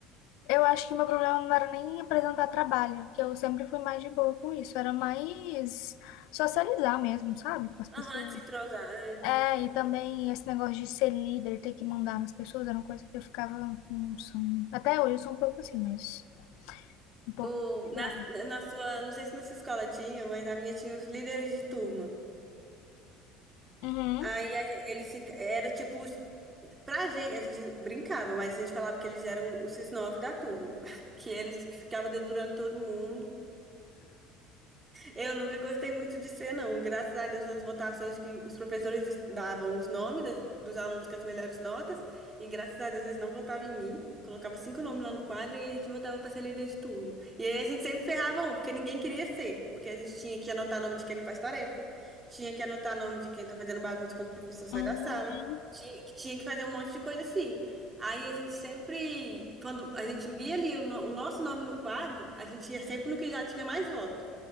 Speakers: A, on the left (about 70°); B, on the right (about 25°).
A: Eu acho que meu problema não era nem apresentar trabalho, que eu sempre fui mais de boa com isso, era mais socializar mesmo, sabe, com as pessoas.
B: Aham, se entrosar, é.
A: É, e também esse negócio de ser líder, ter que mandar nas pessoas, era uma coisa que eu ficava, não sou, até hoje eu sou um pouco assim, mas um pouco
B: O,
A: melhor.
B: na, na sua, não sei se na sua escola tinha, mas na minha tinha os líderes de turma.
A: Uhum,
B: Aí a gen- eles se, era tipo, os- pra gente, a gente brincava, mas a gente falava que eles eram os nove da turma, <laughs> que eles que ficavam dedurando todo mundo. Eu nunca gostei muito de ser, não. Graças a Deus, nas votações que os professores davam os nomes das- dos alunos com as melhores notas, e graças a Deus eles não votavam em mim. Colocava cinco nomes lá no quadro e a gente votava para ser líder de turma. E aí a gente sempre ferrava um, porque ninguém queria ser, porque a gente tinha que anotar nome de quem não faz tarefa, tinha que anotar nome de quem tá fazendo bagunça quando o professor sai
A: uhum.
B: da sala, tinha, tinha que fazer um monte de coisa assim. Aí a gente sempre, quando a gente via ali o, no- o nosso nome no quadro, a gente ia sempre no que já tinha mais voto.